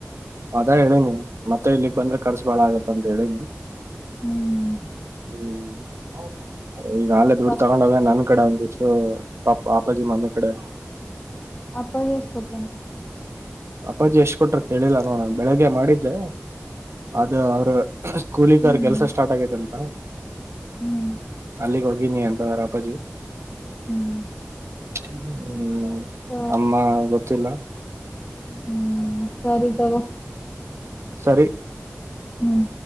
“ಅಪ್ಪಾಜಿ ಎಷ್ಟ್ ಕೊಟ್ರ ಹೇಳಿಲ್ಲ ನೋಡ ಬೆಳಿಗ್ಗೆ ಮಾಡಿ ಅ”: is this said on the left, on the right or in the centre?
Right